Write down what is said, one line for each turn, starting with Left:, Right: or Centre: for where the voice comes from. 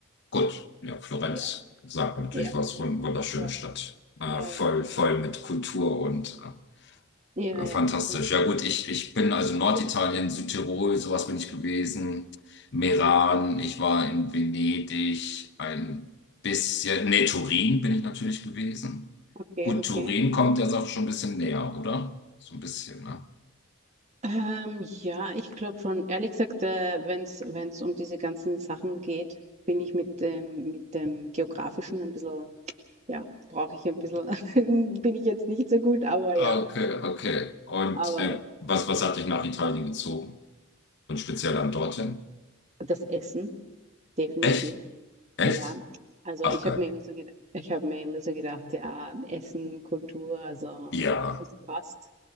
Left: Gut, ja, Florenz
Right: Ja,
Left: sagt mir natürlich
Right: ja,
Left: was,
Right: voll,
Left: wund- wunderschöne
Right: voll.
Left: Stadt. Äh,
Right: Ja,
Left: voll,
Right: ja,
Left: voll
Right: genau.
Left: mit Kultur und äh,
Right: Ja,
Left: Äh, Fantastisch.
Right: ja, genau.
Left: Ja gut, ich, ich bin also Norditalien,
Right: Gut,
Left: Südtirol, sowas bin ich gewesen. Meran,
Right: ah, Okay,
Left: ich war in Venedig, ein bisschen, nee, Turin bin ich natürlich gewesen.
Right: okay,
Left: Gut,
Right: okay.
Left: Turin kommt der Sache schon ein bisschen näher, oder? So ein bisschen, ne?
Right: Ähm, ja, ich glaube schon, ehrlich gesagt, äh, wenn es wenn es um diese ganzen Sachen geht, bin ich mit dem, mit dem Geografischen ein bisschen, ja, brauche ich ein bisschen, <laughs> bin ich jetzt nicht so gut, aber ja,
Left: Okay, okay. Und
Right: aber
Left: äh,
Right: ja.
Left: was, was hat dich nach Italien gezogen? Und speziell dann dorthin?
Right: Das Essen. Definitiv.
Left: Echt? Echt?
Right: Ja, also
Left: Ach
Right: ich
Left: geil.
Right: habe mir immer so gedacht, ich habe mir immer so gedacht, ja, Essen, Kultur, also
Left: Ja,
Right: das passt.